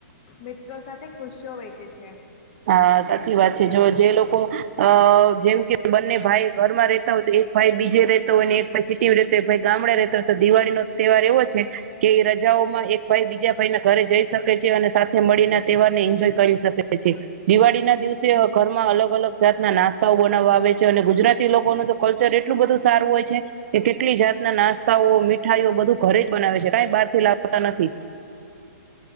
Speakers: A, on the left (about 35°); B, on the right (about 50°).
A: મિત્રો સાથે ખુશીઓ વેચે છે.
B: હા સાચી વાત છે. જો જે લોકો અ જેમ કે બંને ભાઈ ઘરમાં રતા હોય તો એક ભાઈ બીજે રતો હોય એક ભાઈ સિટી રતો હોય ભાઈ ગામડા રતા હોય તો દિવાળી ન તહેવાર એવો છે કે રજાઓમાં એક ભાઈ બીજા ભાઈ ના ઘરે જઈ શક ક છે. અને સાથે મળીને તહેવાર ને એન્જોય કરી શકે છે. દિવાળી ના દિવસે ઘરમાં અલગ-અલગ જાતના નાસ્તાઓ બનાવવા આવે છે. અને ગુજરાતી લોકોનું તો કલ્ચર એટલું બધું સારું હોય છે કે કેટલી જાતના નાસ્તાઓ મ મીઠાઈઓ બધું ઘરે જ બનાવે છે. કઈ બાર થી લાવતા નથી.